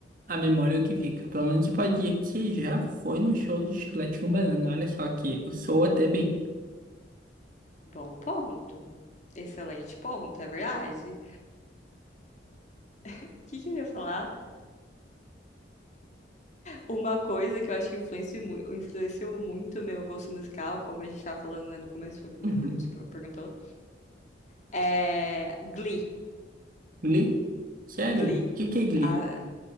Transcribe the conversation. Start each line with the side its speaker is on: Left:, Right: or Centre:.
Right: A memória é o que fica. Pelo menos você pode dizer que você já foi no show de Chiclete com Banana. Olha só que eu sou até bem.
Left: Bom ponto. Excelente ponto, é verdade. O que, que eu ia falar? Uma coisa que eu acho que influenciou, mu- influenciou muito o meu gosto musical, como a gente tava falando, né, no começo, foi a primeira
Right: Uhum.
Left: pergunta que você perguntou, é Glee.
Right: Glee? Sério?
Left: Glee.
Right: O que que é Glee?
Left: A,